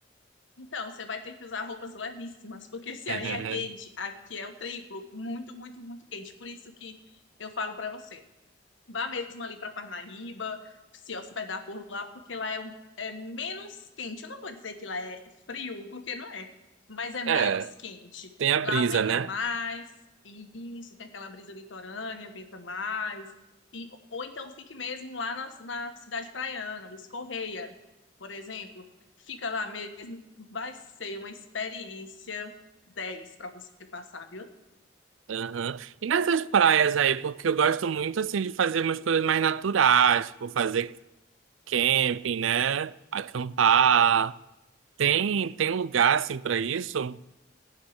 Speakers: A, on the left; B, on the right.
A: Então, você vai ter que usar roupas levíssimas, porque se
B: <laughs>
A: aí é quente, aqui é o triplo, muito, muito, muito quente. Por isso que eu falo pra você. Vá mesmo ali para Parnaíba, se hospedar por lá, porque lá é, um- é menos quente. Eu não vou dizer que lá é frio, porque não é, mas é menos
B: É,
A: quente.
B: tem a
A: Lá
B: brisa,
A: venta
B: né?
A: mais, e isso, tem aquela brisa litorânea, venta mais. E, ou então fique mesmo lá na, na cidade praiana, Luiz Correia, por exemplo. Fica lá mesmo, vai ser uma experiência 10 para você passar, viu?
B: Aham. E nessas praias aí, porque eu gosto muito assim de fazer umas coisas mais naturais, tipo fazer camping, né? Acampar. Tem tem lugar assim pra isso?